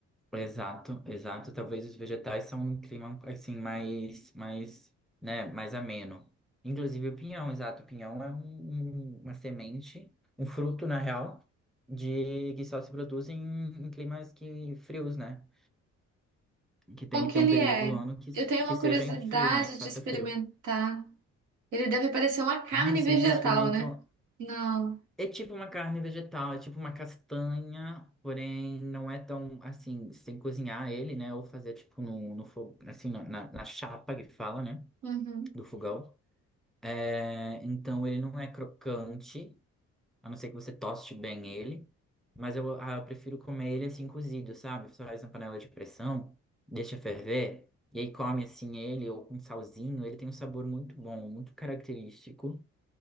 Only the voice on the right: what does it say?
Como
que
ele
é?
Eu tenho uma
curiosidade
de experimentar.
Ele deve parecer uma carne
vegetal,
né? Não.
Uhum,